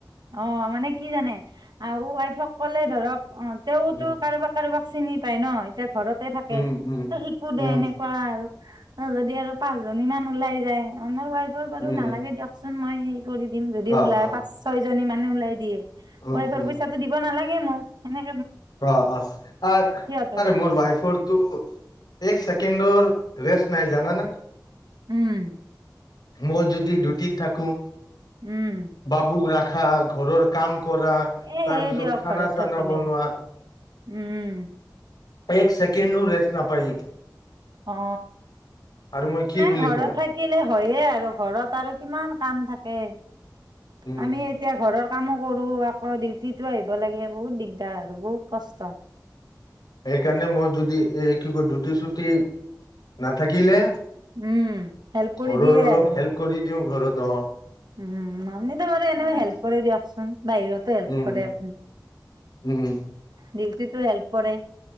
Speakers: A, on the right (about 70°); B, on the left (about 70°).
A: অ' মানে কি জানে আহ ৱাইফক ক'লে ধৰক, অ' তেওঁতো
B: উম
A: কাৰোবাক কাৰোবাক চিনি পাই ন এতিয়া ঘৰতে থাকে,
B: উম উম
A: শিকো দে
B: উম
A: এনেকুৱা আৰু যদি আৰু পাঁচ জনী মান ওলাই যায়। আপোনাৰ ৱাইফক বাৰু
B: উম
A: নালাগে দিয়কচোন, মই কৰি দিম যদি
B: অ
A: ওলাই
B: অ
A: পাঁচ ছয় জনী মানে ওলাই দিয়ে,
B: উম
A: ৱাইফৰ
B: উম
A: পইচাটো দিব না নালাগে মোক সেনে
B: অ' অ' আ
A: সিহঁতৰ
B: আৰে
A: লগত।
B: মোৰ ৱাইফৰটো এক ছেকেণ্ডৰ ৰেষ্ট নাই জানা না?
A: উম।
B: মই যদি ডিউটিত থাকোঁ,
A: উম।
B: বাবুক ৰাখা, ঘৰৰ কাম কৰা,
A: এ
B: তাৰপিছত
A: সেয়ে দিয়ক
B: খানা,
A: ঘৰত
B: চানা
A: থাকিলে।
B: বনোৱাঁ।
A: উম।
B: এক চেকেণ্ডনো ৰেষ্ট নাপায়।
A: অ'।
B: আৰু মই কি
A: নাই
B: বুলি
A: ঘৰত
B: ক'ম
A: থাকিলে হয়ে, আৰু ঘৰত আৰু কিমান কাম থাক কে আমি
B: উম
A: এতিয়া ঘৰৰ কামো কৰোঁ, আকৌ ডিউটিতো আহিব লাগে, বহুত দিগদাৰ আৰু বহুত কষ্ট।
B: সেইকাৰণে মই যদি এই কিয় ডিউটি, চিউটি নাথাকিলে
A: উম। হেল্প কৰি
B: ঘৰৰ
A: দিয়ে
B: অলপ
A: আৰু।
B: হেল্প কৰি দিওঁ, ঘৰত অ'।
A: উম, আপনিতো বাৰু এনেয়ো
B: উম
A: হেল্প কৰে দিয়কচোন, বাহিৰতো হেল্প
B: উম
A: কৰে আপুনি।
B: উম।
A: ডিউটিতো হেল্প কৰে।